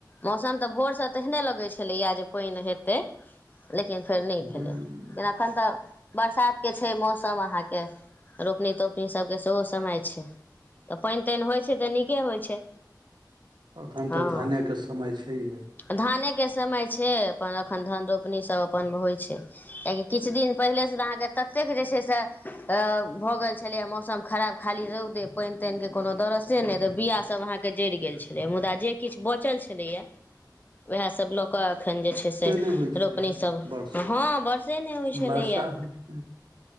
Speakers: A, on the left; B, on the right.
A: मौसम तऽ भोरस तेहने लगैत छलैया जे पानि हेत तै लेकिन फेर नहि
B: हँ
A: भेलै अखन तऽ बरसात के छै मौसम अहाँ के रोपनी तोपनी अप सभके सेहो समय छै तऽ पानि तानि होय छै तऽ नीके होय छै
B: एखन
A: हँ
B: तऽ धानेके समय छैहे
A: धानेके समय छै अपन एखन धान रोपनी सभ अपन होइत छै कियकि किछ दिन पहिलेसँ तऽ अहाँके ततेक जे छै से भऽ गेल छलैए मौसम खराब खाली रौदे पानि तानि के कोनो दरसे नै त बिया सब अहाँ के जरि गेल छलै मुदा जे किछ बचल छलैया
B: ह <unintelligible>
A: उएहसभ लऽ कऽ एखन जे छै से रोपनीसभ
B: नहि होइ छलै वर्ष
A: हँ वर्षे नहि होय छलैए
B: वर्षा होइ छलै